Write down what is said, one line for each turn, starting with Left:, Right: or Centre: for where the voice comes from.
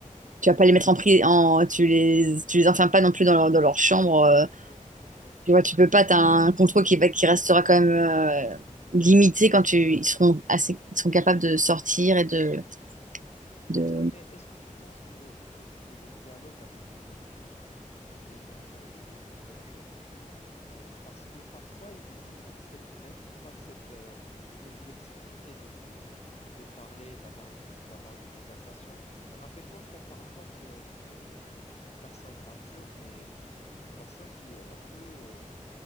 Right: tu vas pas les mettre en prison, en, tu les, tu les enfermes pas non plus dans leur, dans leur chambre. euh,
Left: Ouais, ouais.
Right: tu vois, tu peux pas, t'as un contrôle qui va, qui restera quand même euh, limité quand tu, ils seront assez, ils seront capables de sortir et de, de,
Left: Oui, mais est-ce que tu penses que, que, que le dialogue avec, le, avec les enfants est, est une bonne chose? Euh, parce que parfois, ils, ils n'acceptent même pas cette, euh, cette flexibilité de, de, de, de parler, d'avoir une, d'avoir une conversation. Rappelle-toi qu'on ne parle pas de, de, de- d'une personne mature, mais une personne qui est un peu euh,